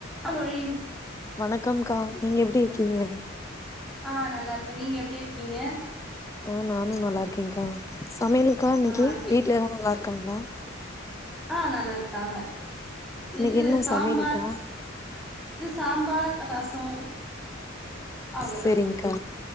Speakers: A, in the centre; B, on the left (about 15°).
A: hello ஏய்
B: வணக்கம்கா நீங்க எப்படி இருக்கீங்க
A: ஆ நல்லா இருக்கேன் நீங்க எப்டி இருக்கீங்க
B: ஆ நானும் நல்லா இருக்கேன்கா சமையலுன்க்கா இன்னைக்கி
A: ஆ இ
B: வீட்ல யல்லாரும் நல்லா இருக்காங்ளா
A: ஆ நல்லா இருக்காங்க
B: இன்னைக்கு
A: இது
B: என்ன
A: சாம்பார்
B: சமையல்கா
A: இது சாம்பார் ரசம் அவ்ளோதான்
B: செரிங்க்கா